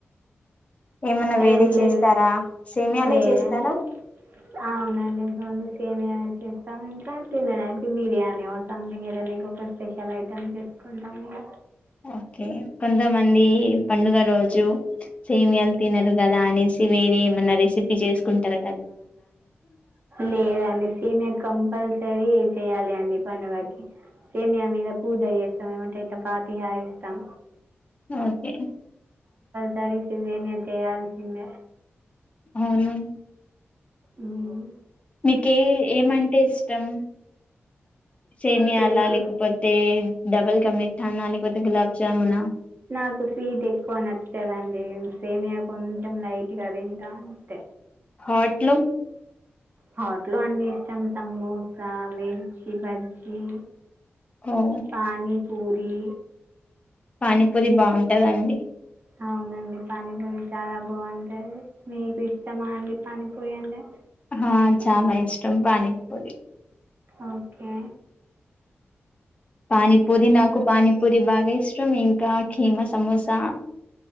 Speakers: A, on the left; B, on the right.
A: ఏమన్నా వేరే
B: ఏం లేదా
A: చేస్తారా సేమియానే
B: వేరే
A: చేస్తారా
B: అంటే అవునండి రొండు సేమియా నే చెస్ ఇంకా తినడానికి బిర్యానీ ఒక సంథింగ్ ఏదైనాక ఒక స్పెషల్ ఐటమ్ చేసుకుంటాం ఇగ
A: ఓకే కొంతమంది పండుగ రోజు సేమ్యాలు తినరు కదా అనేసి వేరే ఏమైన్నా రెసిపీ చేసుకుంటరు
B: లేదండి సేమియా కంపల్స సరి చేయ్యాలి అండి పండుగకి సేమియా మీద పూజ చేస్తాం ఏమంటే ఇట్లా పాతిహ ఇస్తాం
A: ఓకే
B: సరిసి సేమియా చేయాల్సిందే
A: అవును
B: ఊ మ్
A: మీకీ ఏమంటే ఇష్టం సేమియాల
B: దేంట్లో
A: లేకపోతే డబల్ క మీటనా లేకపోతే గులాబ్ జామునా
B: నాకు సీట్ ఎక్కువ నచ్చదండి సేమియా కొంచెం లైట్గా తింటా అంతే
A: హాట్లు
B: హాట్ లో అన్ని ఇష్టం సమోసా మిర్చి బజ్జీ
A: ఓ
B: పానీ పూరి
A: పానీపూరి బాగుంటదండి
B: అవునండి పానీ పూని చాలా బాగుంటాది మీకు ఇష్టమా అండి పాని పోయాంటే
A: ఆ చాలా ఇష్టం పానిపూరీ
B: ఓకే
A: పానీపూరి నాకు పానీపూరి బాగా ఇష్టం ఇంకా కీమ సమోసా